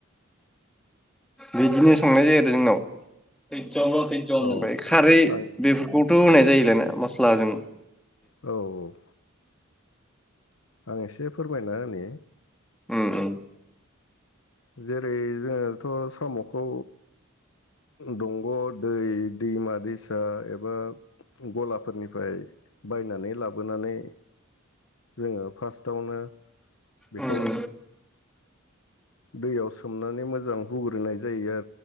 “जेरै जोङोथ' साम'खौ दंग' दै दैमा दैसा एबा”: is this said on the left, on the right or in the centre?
Left